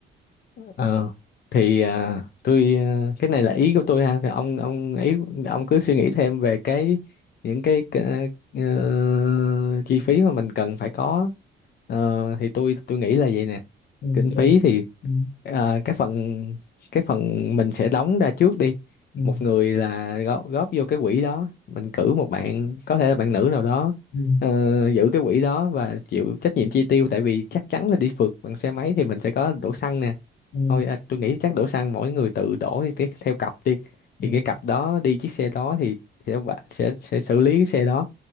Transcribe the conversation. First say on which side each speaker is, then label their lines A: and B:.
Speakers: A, on the left; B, on the left.
A: Ờ, thì à, tôi à, cái này là ý của tôi ha thì ông ông ý ông cứ suy nghĩ thêm về cái những cái, cái ờ, chi phí mà mình cần phải có Ờ, thì tôi tôi nghĩ là vậy nè
B: ừ,
A: kinh
B: ok.
A: phí thì
B: ừ,
A: à, cái phần cái phần mình sẽ đóng ra trước đi
B: ừ,
A: một người là góp, góp vô cái quỹ đó mình cử một bạn có thể là bạn nữ nào đó
B: ừ,
A: ờ, giữ cái quỹ đó và chịu trách nhiệm chi tiêu tại vì chắc chắn là đi phượt bằng xe máy thì mình sẽ có đổ xăng nè
B: ừ,
A: thôi à, tôi nghĩ chắc đổ xăng mỗi người tự đổ đi cái theo cặp đi thì
B: ừ,
A: cái cặp đó đi chiếc xe đó thì sẽ vạ- sẽ sẽ xử lý cái xe đó